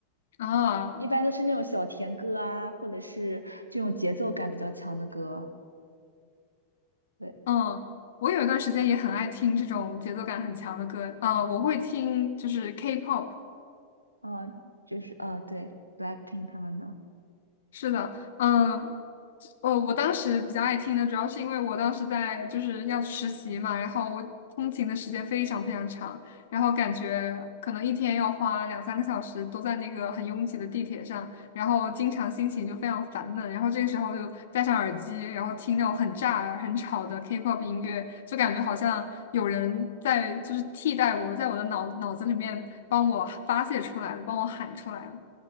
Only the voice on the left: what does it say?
啊？
啊，
嗯。我有一段时间也很爱听这种节奏感很强的歌，啊、我会听就是 K-pop，
是的，嗯，哦，我当时比较爱听的，主要是因为我当时在就是要实习嘛，然后我通勤的时间非常非常长，然后感觉可能一天要花两三个小时都在那个很拥挤的地铁上，然后经常心情就非常烦闷，然后这个时候就戴上耳机，然后听那种很炸耳、很吵的 K-pop 音乐，就感觉好像有人在就是替代我，在我的脑脑子里面帮我发泄出来了，帮我喊出来了。